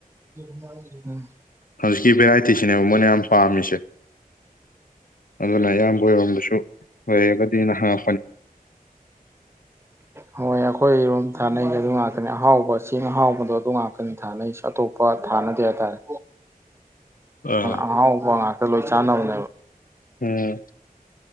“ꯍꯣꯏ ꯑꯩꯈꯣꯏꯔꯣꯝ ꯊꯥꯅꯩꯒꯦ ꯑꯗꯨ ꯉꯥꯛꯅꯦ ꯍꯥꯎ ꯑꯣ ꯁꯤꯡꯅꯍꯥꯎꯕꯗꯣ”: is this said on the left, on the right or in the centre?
Right